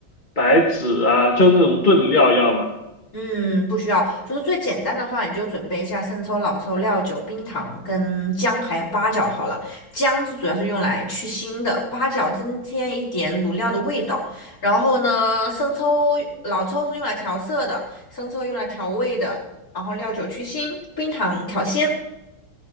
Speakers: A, on the left (about 25°); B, on the left (about 45°).
A: 白芷啊，就那种炖料要吗？
B: 嗯，不需要，就是最简单的话，你就准备一下生抽、老抽、料酒、冰糖跟姜，还有八角好了。姜是主要是用来去腥的，八角增添一点卤料的味道。然后呢，生抽、老抽是用来调色的，生抽用来调味的，然后料酒去腥，冰糖调鲜。